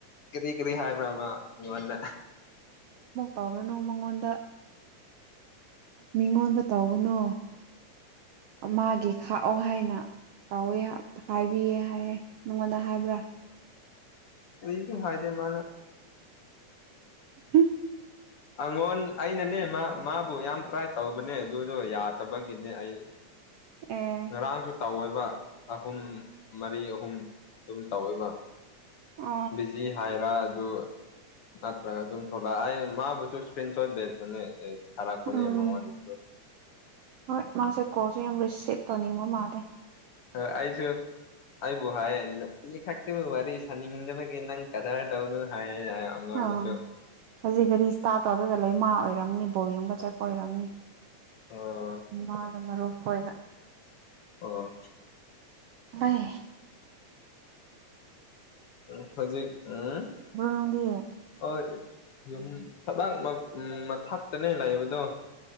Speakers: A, on the left; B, on the right.
A: ꯀꯔꯤ ꯀꯔꯤ ꯍꯥꯏꯕ꯭ꯔꯥ ꯃꯥ ꯑꯩꯉꯣꯟꯗ
B: ꯇꯥꯎꯔꯨꯅꯨ ꯃꯉꯣꯟꯗ ꯃꯤꯉꯣꯟꯗ ꯇꯧꯒꯅꯨ ꯃꯥꯒꯤ ꯈꯥꯛꯑꯣ ꯍꯥꯏꯅ ꯇꯧꯋꯦ ꯍꯥꯏꯕꯤꯌꯦ ꯍꯥꯏꯌꯦꯦ ꯅꯪꯉꯣꯟꯗ ꯍꯥꯏꯕ꯭ꯔꯥ
A: ꯀꯤꯝ ꯍꯥꯏꯗ‌ꯦ ꯃꯥꯅ
B: ꯎꯝ <unintelligible>
A: ꯑꯉꯣꯟ ꯑꯩꯅꯅꯦ ꯃꯥꯕꯨ ꯌꯥꯝ ꯇ꯭ꯔꯥꯏ ꯇꯧꯕꯅꯦ ꯑꯗꯨꯗꯣ ꯌꯥꯗꯕꯒꯤꯅꯦ ꯑꯩ
B: ꯑ‌ꯦ
A: ꯉꯔꯥꯡꯁꯨ ꯇꯧꯋꯦꯕ ꯑꯍꯨꯝ ꯃꯔꯤ ꯑꯍꯨꯝ ꯑꯗꯨꯝ ꯇꯧꯋꯦꯕ
B: ꯑ
A: ꯕꯤꯖꯤ ꯍꯥꯏꯔꯥ ꯑꯗꯨ ꯅꯠꯇ꯭ꯔꯒ ꯑꯗꯨꯝ ꯊꯣꯛꯂꯛ ꯑꯩ ꯃꯥꯕꯨꯁꯨ ꯏꯁꯀ꯭ꯔꯤꯟ ꯁꯣꯠ ꯂꯩꯕꯅ‌ꯦ ꯊꯔꯠꯄꯅꯦ
B: ꯎꯝ
A: ꯃꯉꫭꯟꯗꯁꯨ
B: ꯍꯣꯏ ꯃꯥꯁꯦ ꯀꯣꯜꯁꯨ ꯌꯥꯝ ꯔꯤꯁꯤꯞ ꯇꯧꯅꯤꯡꯕ ꯃꯥꯟꯜꯂ‌ꯦ
A: ꯑ ꯑꯩꯁꯨ ꯑꯩꯕꯨ ꯍꯥꯏꯌꯦ ꯇꯤ <unintelligible> ꯈꯛꯇꯤꯕꯨ ꯋꯥꯔꯤ ꯁꯥꯅꯤꯡꯗꯕꯒꯤ ꯅꯪ ꯀꯗꯥꯔ ꯇꯧꯅꯨ ꯍꯥꯏꯌꯦ ꯑꯩꯉꯣꯟꯗꯁꯨ
B: ꯑꯥ ꯍꯧꯖꯤꯛ ꯒꯥꯔꯤ ꯏꯁꯇꯥꯔꯠ ꯇꯧꯔꯒ ꯂꯩꯃꯥ ꯑꯣꯏꯔꯝꯅꯤ ꯕꯣꯜ ꯌꯦꯡꯕ ꯆꯠꯄ ꯑꯣꯏꯔꯝꯅꯤ
A: ꯑꯣ
B: ꯃꯥꯒ ꯃꯔꯨꯞ ꯈꫭꯏꯒ
A: ꯑꯣ
B: ꯂꯩꯏ
A: ꯎꯝ ꯍꯧꯖꯤꯛ ꯎꯝ
B: ꯅꯪꯗꯤ
A: ꯍꫭꯏ ꯌꯨꯝ ꯊꯕꯛ ꯎꯝ ꯃꯊꯛꯇꯅꯦ ꯂꯩꯏꯕꯗꯣ